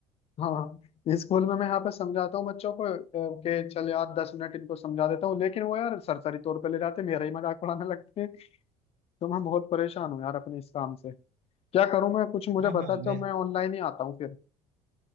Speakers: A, on the left (about 45°); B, on the right (about 70°).
A: हाँ स्कूल में मैं यहाँ पर समझाता हूँ बच्चों को अ, कि चल यार दस मिनट इनको समझा देता हूँ लेकिन वो यार सरसरी तौर पे ले जाते मेरा ही मजाक उड़ाने लगते हैं तो मैं बहुत परेशान हूँ यार अपने इस काम से क्या करूँ मैं कुछ मुझे
B: हाँ हाँ
A: बता दो
B: मैं
A: मैं ऑनलाइन ही आता हूँ फिर